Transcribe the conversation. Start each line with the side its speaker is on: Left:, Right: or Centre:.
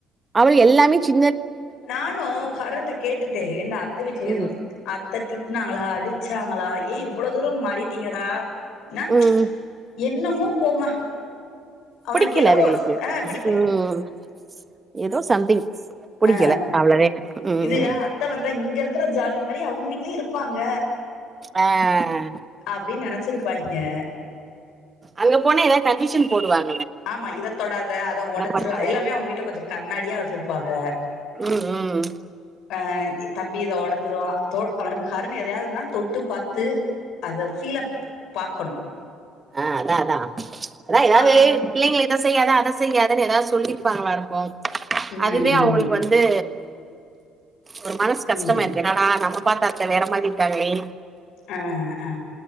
Right: அவள் எல்லாமே சி
Left: நானும் கரண்ட்ட கேட்டுட்டு ஏன்டா அத்தை வீட்டுல
Right: ம்
Left: ஏதும் அத்தை திட்டினாங்களா அடிச்சாங்களா ஏன் இவ்வளோ தூரம் மாறிட்டீங்கடா ன்னா
Right: ம்
Left: என் என்னமோ போமா அவனுக்கு
Right: புடிக்கல
Left: ஏதோ
Right: அதுகளுக்கு
Left: ஆ பிடிக்கல
Right: ம் ஏதோ சம்திங் புடிக்கல
Left: அ
Right: அவ்ளவே ம்
Left: இதுக அத்தை வந்தா இங்க இருக்கிற ஜாலி மாரி அவுங்க வீட் லயும் இருப்பாங்க
Right: ஆ ஆ ஆ
Left: அப்டின்னு நெனைச்சிருப்பாங்கே
Right: அங்க போனா ஏதாவது கண்டிஷன் போடுவாங்
Left: ஆமா இத தொடாத அத உடைச்சிருவ
Right: பண்ணாத
Left: எல்லாமே அவுங்க வீட்டுல கொஞ்சம் கண்ணாடியா வச்சிருப்பாங்க
Right: ம் ம்
Left: ஆ தம்பி இது உடைஞ்சிரும் தோ அவனுக்கு கரண்ணு எதையாவதுன்னா தொட்டு பார்த்து அதை பீல் பாக்கணும்
Right: ஆ அதான் அதான் அதான் ஏதாவது
Left: அப்டின்ற
Right: பிள்ளைகள இத செய்யாத அத செய்யாததுன்னு ஏதாவது சொல்லியிருப்பாங்களா இருக்கும்
Left: ம்
Right: அதுவே அவுங்களுக்கு
Left: ம்
Right: வந்து ஒரு மனசு கஷ்டமா
Left: ம்
Right: இருக்கு என்னா நமக் பாத்தா அத்தை வேற மாதிரி இருக்காங்களே
Left: ஆ ஆ